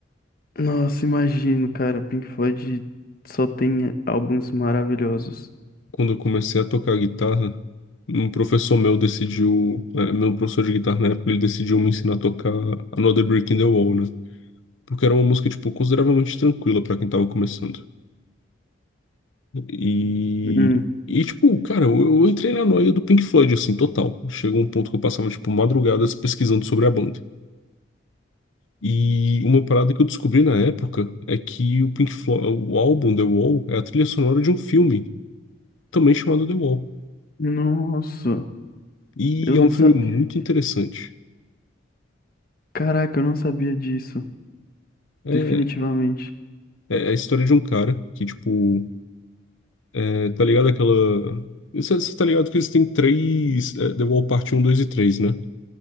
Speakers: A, on the left; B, on the left.
A: Nossa, imagino, cara, Pink Floyd só tem álbuns maravilhosos.
B: Quando eu comecei a tocar guitarra, um professor meu decidiu, eh, meu professor de guitarra na época, ele decidiu me ensinar a tocar Another Brick in the Wall, né? Porque era uma música, tipo, consideravelmente tranquila pra quem tava começando. E,
A: Hum,
B: e tipo, cara, eu, eu entrei na noia do Pink Floyd, assim, total. Chegou um ponto que eu passava, tipo, madrugadas pesquisando sobre a banda. E uma parada que eu descobri na época é que o Pink Floyd, o álbum The Wall é a trilha sonora de um filme também chamado The Wall.
A: nossa,
B: E
A: eu
B: é
A: não
B: um filme
A: sabia.
B: muito interessante.
A: Caraca, eu não sabia disso.
B: É,
A: Definitivamente.
B: é é a história de um cara que, tipo, é, tá ligado aquela. Você, você tá ligado que eles têm três é, The Wall Parte 1, 2 e 3 né?